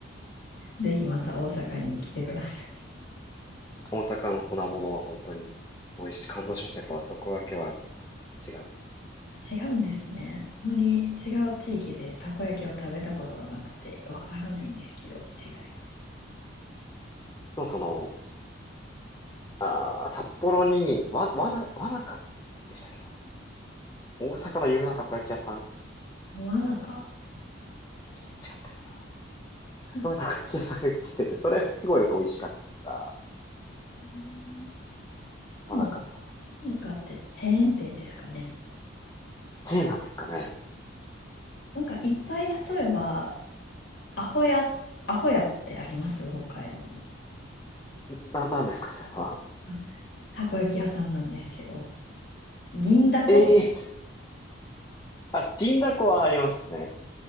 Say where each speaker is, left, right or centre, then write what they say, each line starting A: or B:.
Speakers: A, on the left; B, on the left.
A: ぜひまた大阪に来てください。
B: 大阪の粉物は本当に美味しい、感動しました。やっぱあそこだけは味が違うと思いました。で
A: あ違うんですね。あまり違う地域でたこ焼きを食べたことがなくてわからないんですけど、違いが。
B: もその、あー札幌に、わ、わな、わなかでしたっけなあの大阪の有名なたこ焼き屋さん違っ
A: モアナカ聞いたこ
B: たかな
A: とかない。
B: そういうたこ焼き屋さんが来てて、それすごい美味しかった。
A: うんでも、
B: 真中のたこ焼
A: モアナカってチェーン店ですかね。
B: き。チェーンなんですかね
A: なんかいっぱい、例えば、アホや、アホやってあります北海道に。
B: な、なんですか、それは。
A: うんたこ焼き屋さんなんですけど、銀だこ、
B: ええあ、銀だこはありますね。